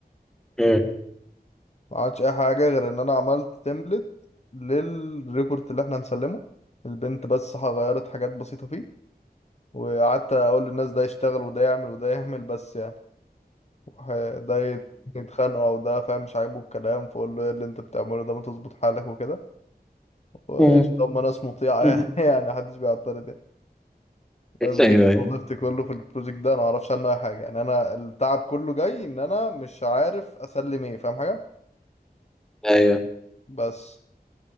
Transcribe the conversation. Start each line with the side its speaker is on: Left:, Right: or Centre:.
Centre: مم.
Left: ما عملتش اي حاجه غير ان انا عملت تمبلت للريبورت اللي احنا هنسلمه البنت بس ح- غيرت حاجات بسيطه فيه وقعدت اقول للناس ده يشتغل وده يعمل وده يعمل بس يعني وح- ده يتخانقوا او ده فاهم مش عاجبه الكلام فاقول له ايه اللي انت بتعمله ده ما تظبط حالك وكده وقشطه
Centre: مم.
Left: هم ناس مطيعه <laughs> يعني
Centre: مم.
Left: يعني محدش بيعترض يعني بس دي
Centre: ايوه
Left: كانت
Centre: ايوه
Left: وظيفتي كله في البروجكت ده انا معرفش عنه اي حاجه يعني انا التعب كله جاي ان انا مش عارف اسلم ايه فاهم حاجه
Centre: ايوه
Left: بس